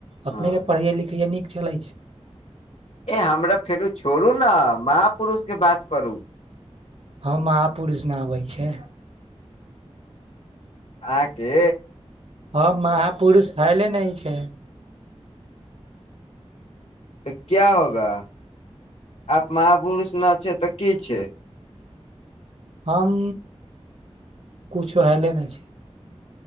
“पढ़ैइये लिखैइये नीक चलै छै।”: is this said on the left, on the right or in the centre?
Right